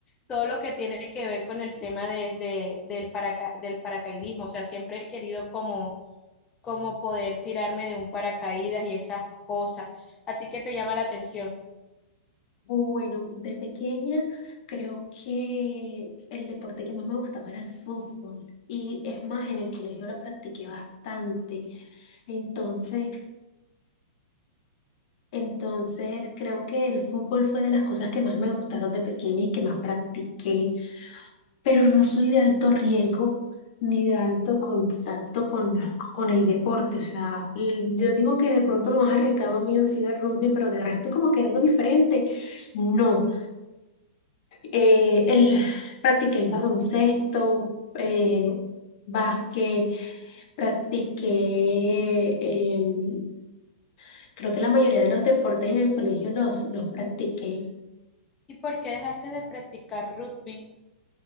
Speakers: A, on the left; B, on the left.
A: todo lo que tiene que ver con el tema de, de- del paraca- del paracaidismo. O sea, siempre he querido como como poder tirarme de un paracaídas y esas cosas. ¿A ti qué te llama la atención?
B: Bueno, de pequeña creo que el deporte que más me gustaba era el fútbol y es más, en el colegio lo practiqué bastante. Entonces, entonces creo que el fútbol fue de las cosas que más me gustaron de pequeña y que más practiqué, pero no soy de alto riesgo ni de alto contacto con, la- con el deporte. O sea, l- yo digo que de pronto lo más arriesgado mío ha sido el rugby, pero de resto como que algo diferente. No. Eh, el,
A: Ah.
B: practiqué el baloncesto, eh, básquet, practiqué, em, creo que la mayoría de los deportes en el colegio los, los practiqué.
A: ¿Y por qué dejaste de practicar rugby?